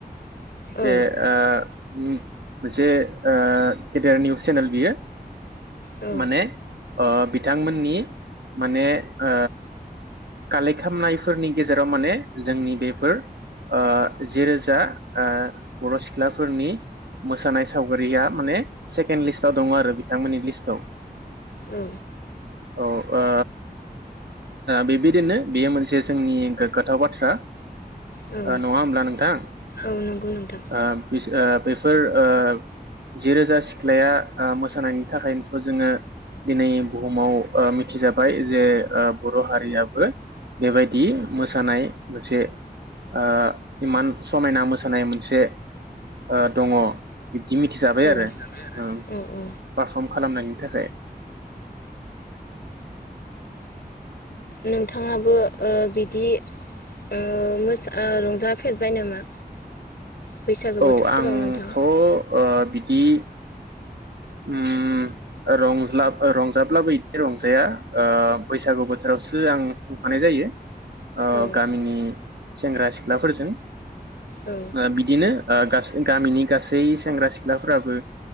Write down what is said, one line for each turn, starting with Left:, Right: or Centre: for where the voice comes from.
Right: बे
Left: औ
Right: ओ ओम मोनसे ओ गेदेर नि चेनेल बियो
Left: औ
Right: माने ओ बिथांमोननि माने ओ कालेक्ट खालामनायफोरनि गेजेराव माने जोंनि बेफोर ओ जिरोजा ओ बर सिख्लाफोरनि मोसानाय सावगारिया माने सेकेणड लिस्टाव दङ आरो बिथांमोननि लिस्टआव।
Left: औ।
Right: औ ओ ओ बे‌ बिदिनो बेयो मोनसे जोंनि गोग्गाथाव बाथ्रा
Left: औ
Right: ओ नङा होमब्ला नोंथां?
Left: औ नंगौ नोंथां
Right: ओ बिस ओ बेस फोर ओ जिरोजा सिख्लाया ओ मोसानायनि थाखायनोथ जोङो दिनै बुहुमाव ओ मिथिजाबाय जे ओ बर' हारियाबो बेबायदि मोसानाय मोनसे ओ इमान समायना मोसानाय मोन से ओ दङ। बिब्दि मिथिजाबाय
Left: औ
Right: आरो ओम
Left: औ औ
Right: पारफर्म खालामनायनि थाखाय। <inaudible>
Left: नोंथाङाबो ओ बिदि ओ मोसा ओ रंजाफेरबाय नामा? बैसागो बोथोरफोराव
Right: औ आंथ'
Left: नोंथां
Right: ओ बिदि उम ओ रंज्ला ओ रंजाब्लाबो बिदि रंजाया ओ बैसागु बोथोरावसो आं खुंफानाय जायो ओ
Left: औ
Right: गामिनि सेंग्रा सिख्लाफोरजों।
Left: औ
Right: ओ बिदिनो ओ गास गामिनि गासै सेंग्रा सिख्लाफोराबो